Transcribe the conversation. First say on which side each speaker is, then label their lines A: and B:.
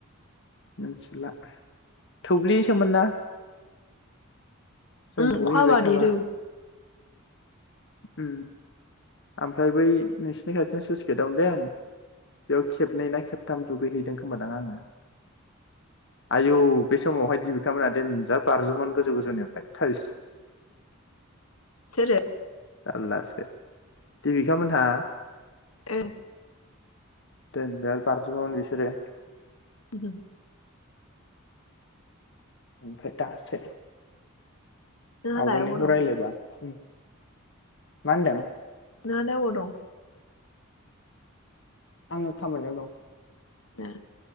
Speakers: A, on the left; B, on the left.
A: मोथिला थुब्लिसोमोन ना? जों
B: उम
A: दुगैहैबाय
B: अखा हाबा
A: थाबा
B: देरो।
A: उम ओमफ्राय बै नोंसिनि खाथियाव सुइस गेटआवनो देन बेयाव खेबनै ना खेबथाम दुगैहैदों खोमादां आङो। आयु बे समावहाय दिबिखा मोना देनजार बारज्रुमोमोन गोजौ गोजौनिफ्राय थोइस।
B: सोरो?
A: जारलासो देबिखा मोनहा।
B: ओ
A: देनजार बारज्रुमोमोन बिसोरो।
B: ओहोम
A: ओमफ्राय दासो
B: नोंहालाय
A: आवगोलनिखौ
B: अबाव दं
A: रायलायबा खम मा होनदों?
B: नोंहालाय अबाव दं?
A: आङो खामानियाव दं।
B: ए